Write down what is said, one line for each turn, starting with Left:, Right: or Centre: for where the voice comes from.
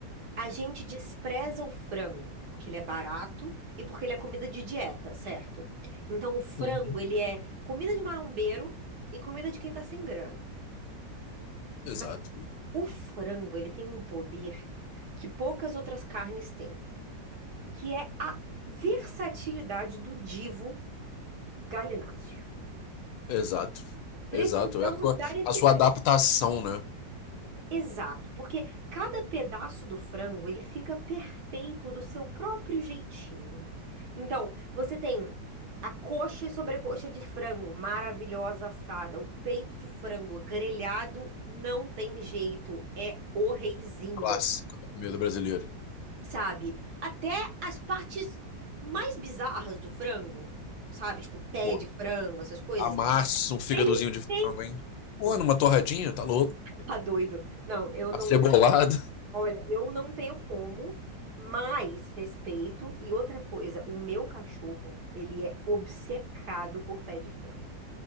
Right: a gente despreza o frango porque ele é barato e porque ele é comida de dieta, certo? Então o frango,
Left: Uhum.
Right: ele é comida de marombeiro e comida de quem tá sem grana.
Left: Exato,
Right: Mas o frango, ele tem um poder que poucas outras carnes têm, que é a versatilidade do divo galináceo.
Left: exato,
Right: Precisamos
Left: exato. É a sua,
Right: dar esse
Left: a sua adaptação, né?
Right: Exato, porque cada pedaço do frango ele fica perfeito do seu próprio jeitinho. Então, você tem a coxa e sobrecoxa de frango maravilhosa assada, o peito de frango grelhado não tem jeito, é o reizinho,
Left: Clássico da comida brasileira.
Right: sabe? Até as partes mais bizarras do frango, sabe? Tipo pé
Left: Pô,
Right: de frango, essas coisas,
Left: amassa um fígadozinho
Right: eles
Left: de frango,
Right: têm.
Left: hein? Pô,
Right: <laughs>
Left: numa torradinha, tá louco?
Right: Tá doido. Não, eu
Left: Acebolado.
Right: não.
Left: <laughs>
Right: Olha, eu não tenho como, mas respeito. E outra coisa, o meu cachorro, ele é obcecado por pé de frango.